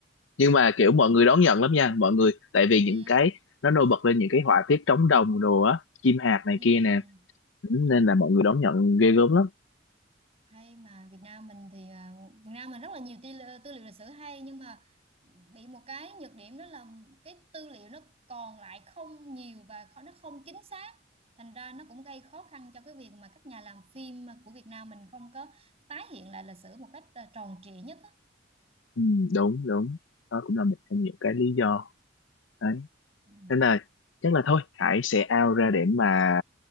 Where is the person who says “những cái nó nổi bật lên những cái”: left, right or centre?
Left